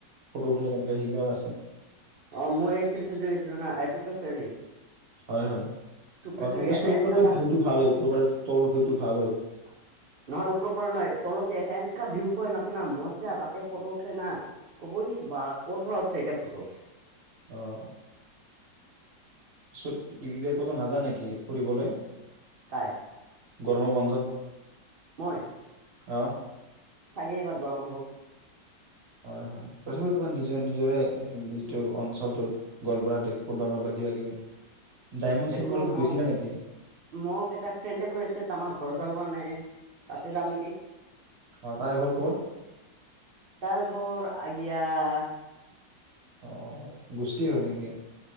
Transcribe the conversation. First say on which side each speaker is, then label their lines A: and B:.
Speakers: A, on the right (about 45°); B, on the right (about 65°).
A: ফটো উঠিলে কেনেকে সেইগিলাও আছে <unintelligible>
B: অ মই এই চিৰিচত যে গৈছিলো ন এইটকী <unintelligible>
A: হয় হয়
B: থুপ্ৰ্বৰী
A: অ টুকুৰেশ্বৰীত
B: এটা এনেকা
A: মানে
B: জা
A: ভিউটো
B: নহয়
A: ভাল হয় ওপৰৰ পৰা তলৰ ভিউটো ভাল হয়
B: ওপৰৰ পৰা নহয় তলতে এটা এনেকা ভিউ পইন্ট আছে <unintelligible> মজা তাতে ফটো উঠিল ন কব বা কৰ পৰা <unintelligible> সেইটা ফটো
A: আহ ছত এইবাৰ কতো নাজান নেকি ফুৰিবলৈ
B: কাই
A: গৰমৰ বন্ধত?
B: মই?
A: আহ'।
B: চাগে, এইবাৰ যোৱা নহ'ব।
A: হয়', হয়', তথাপিও তোমাৰ নিজৰ নিজৰে যিটো অঞ্চলটোত গোৱালপাৰাতে ক'ৰবাত ক'ৰবাত কিবা কিবি <unintelligible>
B: দেখো
A: চিনেমা হলত
B: মোক,
A: গৈছিলা নেকি
B: মই আকৌ তাইক ফ্ৰেণ্ড ৰিকুৱেষ্টত, আমাৰ ঘৰত যাব কাৰণে। তাতে যাম নেকি?
A: অ তাইৰ ঘৰ ক'ত
B: তাৰ ঘৰ আগিয়া আহ',
A: অ', গোষ্ঠিৰ হয় নেকি?